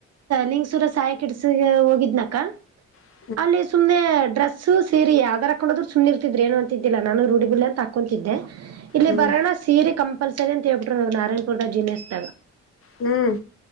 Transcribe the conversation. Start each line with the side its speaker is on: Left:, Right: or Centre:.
Right: ಲಿಂಗಸೂರ ಸಾಯಿ ಕಿಡ್ಸ ಹೋಗಿದ್ನಕ
Left: ಹ
Right: ಅಲ್ಲಿ ಸುಮ್ನೆ ಡ್ರೆಸ್ಸ ಸೀರಿ ಅದರ ಾಕೊಂಡೋದ್ರರು ಸುಮ್ಮ್ ಇರ್ತಿದ್ರ ಏನು ಅಂತಿಲ್ಲ ನಾನು ರೂಢಿಬಳ್ಳಿ ಅಂತ ಹಾಕೊತಿದ್ದೆ ಇಲ್ಲಿ
Left: ಹ್ಮ್
Right: ಬರೋಣ ಸೀರಿ ಕ ಕಂಲ್ಸರಿ ಅಂತ ಹೇಳ್ಬಿಟ್ರ ನಾರಾಯಣಪುರ್ದ ಜಿನೆಸ್್ದಾಗ
Left: ಹ್ಮ್